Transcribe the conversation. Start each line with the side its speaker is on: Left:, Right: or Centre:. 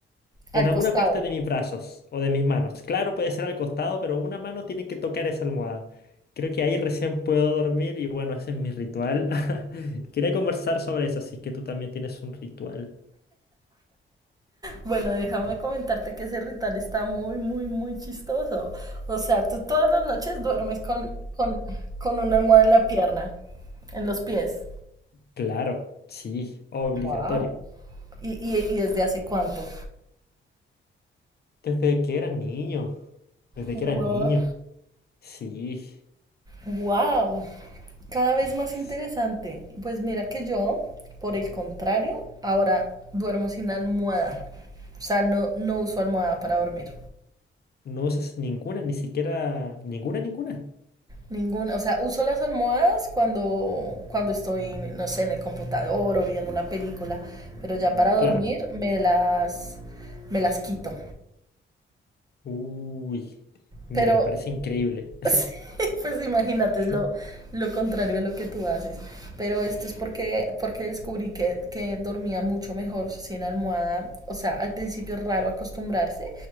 Left: en
Right: Al
Left: alguna
Right: costado.
Left: parte de mis brazos o de mis manos. Claro, puede ser al costado, pero una mano tiene que tocar esa almohada. Creo que ahí recién puedo dormir y bueno, ese es mi ritual. <laughs> Quería conversar sobre eso, así que tú también tienes un ritual.
Right: Bueno, déjame comentarte que ese ritual está muy, muy, muy chistoso. O sea, tú todas las noches duermes con, con, con una almohada en la pierna, en los pies.
Left: Claro, sí, obligatorio.
Right: Wow. ¿Y, y, y desde hace cuánto?
Left: Desde que era niño, desde
Right: Wow.
Left: que era niño, sí.
Right: Wow. Cada vez más
Left: S-
Right: interesante. Pues mira que yo, por el contrario, ahora duermo sin almohada. O sea, no, no uso almohada para dormir.
Left: No usas ninguna, ni siquiera ninguna, ninguna.
Right: Ninguna, o sea, uso las almohadas cuando, cuando estoy, no sé, en el computador o viendo una película, pero ya para dormir
Left: Claro.
Right: me las, me las quito.
Left: Uy, mira,
Right: Pero
Left: me parece increíble.
Right: <laughs> Pues imagínate,
Left: <laughs>
Right: es lo, lo contrario a lo que tú haces. Pero esto es porque, porque descubrí que, que dormía mucho mejor sin almohada. O sea, al principio es raro acostumbrarse,